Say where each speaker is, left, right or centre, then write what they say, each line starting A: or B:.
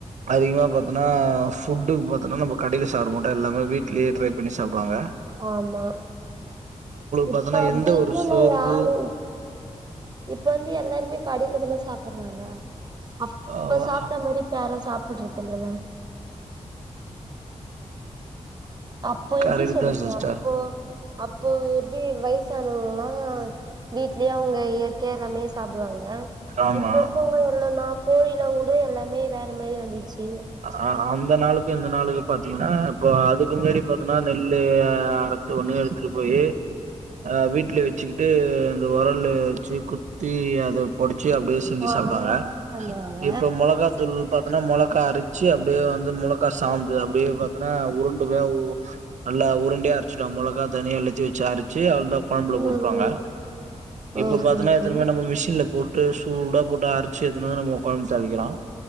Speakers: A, on the right; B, on the right.
A: அதிகமாக பாத்தோன்னா ஃபுட்டுக்கு பாத்தோன்னா நம்ப கடையில் சாப்பிட மாட்டோ எல்லாமே வீட்லேயே ட்ரை பண்ணி சாப்புடுவாங்க
B: ஆமா இப்ப
A: பாத்தோன்னா
B: அப்டி
A: எந்த ஒரு
B: இல்லனா
A: சோர்வு
B: யாரு இப்ப வந்து எல்லாருமே கடைலதான சாப்ட்றாங்க அப்ப
A: அ
B: சாப்ட்ட மாரி இப்ப யாரு சாப்புடுறது இல்லல்ல அப்போ எப்டி
A: கரெக்ட்
B: சொல்லுது
A: தா சிஸ்டர்
B: அப்போ அப்போ எப்டி வயசானவங்கல்லா வீட்லயே அவங்க இயற்கையா எல்லாமே சாப்டுவாங்க
A: ஆமா
B: இப்ப இருக்கவங்க என்னனா கோழிலா கூட எல்லாமே வேற மாரி வந்துச்சு
A: ஆ அந்த நாளுக்கு இந்த நாளுக்கு பாத்தீங்கன்னா இப்ப அதுக்கு முன்னாடி பாத்தீங்கன்னா நெல்லு அர ஒண்ணு எடுத்துட்டு போய் அ வீட்ல வச்சுக்கிட்டு இந்தந்த உரல்லு வச்சி குத்தி அத பொடிச்சு அப்டே செஞ்சு
B: ஆ
A: சாப்ட்டாங்க
B: அந்த மாரி பண்ணுவாங்க
A: இப்போ மொளகா தூள் பாத்தோன்னா மொளகா அரிச்சு அப்டியே வந்து மொளகா சாந்து அப்டே பா அதனா உருண்டு தா வ் நல்லா உருண்டையா அரிச்சுடு மொளகா தனியா எல்லாத்தையு வச்சு அரச்சு அவளதா குழம்புல
B: ம்
A: போட்டுவாங்க
B: ம்
A: இப்ப
B: ஓகே
A: பாத்தன்னா
B: ஓகே
A: எத்துனு பேரு நம்ம மிஷின்ல போட் ட்டு சூடா போட்டு அரைச்சு எத்துனு நம்ம கொழம்பு தாலிக்கிறோ